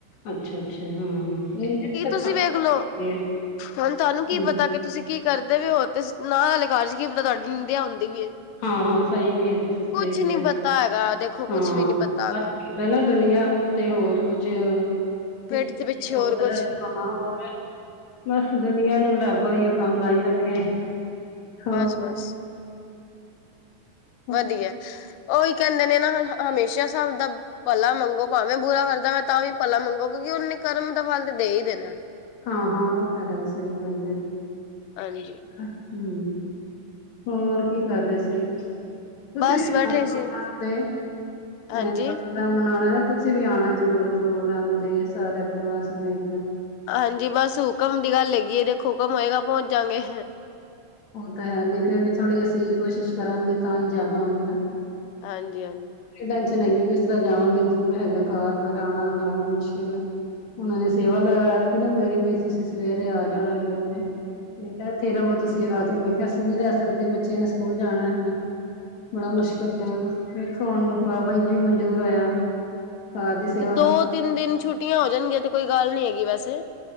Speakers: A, on the left; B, on the left.
A: ਅੱਛਾ-ਅੱਛਾ <unintelligible>
B: ਤੁਸੀਂ ਵੇਖ ਲਓ
A: ਹਾਂ
B: ਹੁਣ ਤੁਹਾਨੂੰ ਕੀ
A: ਹਮ,
B: ਪਤਾ ਕਿ ਤੁਸੀਂ ਕੀ ਕਰਦੇ ਵੇ ਓ ਤੇ ਨਾ ਆਲੇ ਕਰ 'ਚ ਕੀ ਪਤਾ ਤੁਹਾਡੀ ਨਿੰਦਿਆ ਹੁੰਦੀ ਪੀ ਏ।
A: ਹਾਂ-ਹਾਂ ਸਹੀ ਕਿਹਾ ਤੁਸੀਂ ਸਈ
B: ਕੁਛ
A: ਕਿਹਾ,
B: ਨੀ ਪਤਾ ਹੈਗਾ ਦੇਖੋ ਕੁਛ
A: ਹਾਂ।
B: ਵੀ ਨੀ ਪਤਾ ਹੈਗਾ
A: ਏ ਨਾ ਦੁਨੀਆਂ ਨੂੰ ਤੇ ਹੋਰ ਕੁਛ <unintelligible>
B: ਪੇਟ ਦੇ ਪਿੱਛੇ ਹੋਰ ਕੁਛ
A: ਬਸ ਦੁਨੀਆਂ ਨੂੰ ਰੱਬ ਅਈਓ ਕੰਮ ਲਾਈ ਰੱਖੇ। ਹੋਰ
B: ਬਸ-ਬਸ
A: <unintelligible>
B: ਵਧੀਐ ਉਹੀ ਕਹਿੰਦੇ ਨੇ ਨਾ ਹਮੇਸ਼ਾ ਸਾਬ ਦਾ ਭਲਾ ਮੰਗੋ ਭਾਵੇਂ ਬੁਰਾ ਕਰਦਾ ਐ ਤਾਂ ਵੀ ਭਲਾ ਮੰਗੋ। ਕਿਉਕਿ ਉਹਨੇ ਕਰਮ ਦਾ ਫਲ ਤਾਂ ਦੇ ਈ ਦੇਣਾ।
A: ਹਾਂ-ਹਾਂ ਉਹ ਤਾਂ ਹੈ ਸਈ ਗੱਲ ਏ।
B: ਹਾਂਜੀ
A: ਹੂੰ, ਹੋਰ ਕੀ ਕਰ ਰੇ ਸੀ? ਤੁਸੀ
B: ਬਸ
A: <unintelligible>
B: ਬੈਠੇ ਸੀ
A: ਵੀ
B: ਹਾਂਜੀ।
A: ਅ ਪ੍ਰੋਗਰਾਮ ਬਨਾਣਾ ਨਾ ਤੁਸੀਂ ਵੀ ਆਂਣਾ ਜ਼ਰੂਰ ਪ੍ਰੋਗਰਾਮ ਤੇ ਸਾਰੇ ਪਰਿਵਾਰ ਸਮੇਤ।
B: ਹਾਂਜੀ ਬਸ ਹੁਕਮ ਦੀ ਗੱਲ ਹੈਗੀ ਏ ਦੇਖੋ ਹੁਕਮ ਹੋਏਗਾ ਪਹੁੰਚ ਜਾਂਗੇ।
A: ਉਹ ਤਾਂ ਹੈ ਨਈ ਫੇਰ ਵੀ ਥੋੜ੍ਹੀ ਅਸੀਂ ਕੋਸ਼ਿਸ਼ ਕਰਾਂਗੇ ਤਾਂ ਈ ਜਾ ਪਾਵਾਂਗੇ ਨਾ।
B: ਹਾਂਜੀ-ਹਾਂਜੀ।
A: ਏ ਟੇਂਸ਼ਨ ਹੈਗੀ ਵੀ ਕਿਸ ਤਰ੍ਹਾਂ ਜਾਵਾਂਗੇ ਦੂਰ ਹੈਗਾ ਕਾਰ ਵਿਚ ਆਣਾ-ਜਾਣਾ ਮੁਸ਼ਕਿਲ ਐ। ਉਹਨਾਂ ਨੇ ਸੇਵਾ ਲਗਾ ਦਿੱਤੀ ਨਾ ਮੇਰੀ ਵੀ ਤੁਸੀਂ ਸਵੇਰੇ ਆ ਜਾਣਾ ਰੋਜ਼। ਨਹੀਂ ਤਾਂ ਐਥੇ ਰਵੋ ਤੁਸੀਂ ਆ ਕੇ ਮੈਂ ਅਸੀਂ ਨੀ ਰੈ ਸਕਦੇ ਬੱਚਿਆਂ ਨੇ ਸਕੂਲ ਜਾਣਾ ਹਣ, ਬੜਾ
B: ਅੱਛਾ-ਅੱਛਾ-ਅੱਛਾ
A: ਮੁਸ਼ਕਿਲ ਵੇਖੋ ਹੁਣ, ਬਾਬਾ ਜੀ ਨੂੰ ਜਿਵੇੰ ਮਨਜੂਰ ਹੋਇਆ! ਕਾਰ ਦੀ ਸੇਵਾ
B: ਦੋ-ਤਿੰਨ
A: ਫ
B: ਦਿਨ ਛੁੱਟੀਆਂ ਹੋ ਜਾਣਗੀਆਂ ਤੇ ਕੋਈ ਗੱਲ ਨੀ ਹੈਗੀ ਵੈਸੇ